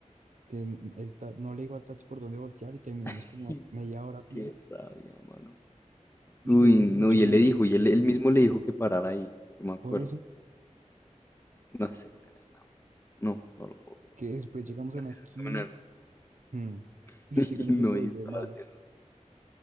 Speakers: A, on the right; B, on the left.
A: que n- el ta- no le digo al taxi por dónde voltear y terminamos
B: <laughs>
A: como a media hora a pie,
B: Qué
A: ¿no?
B: rabia, mano.
A: Y
B: Uy,
A: se trata
B: no,
A: del hecho
B: y
A: malo
B: él le dijo,
A: del pie.
B: y él, él mismo le dijo que parara ahí, yo me acuerdo.
A: Por eso,
B: No sé, Julián, es una wea. No, no lo puedo creer.
A: que después llegamos a
B: Nos
A: una esquina.
B: hizo caminar.
A: Mm. <laughs>
B: <laughs>
A: Y usted
B: Y
A: con ese
B: no,
A: tobillo
B: y estaba
A: malo,
B: haciendo.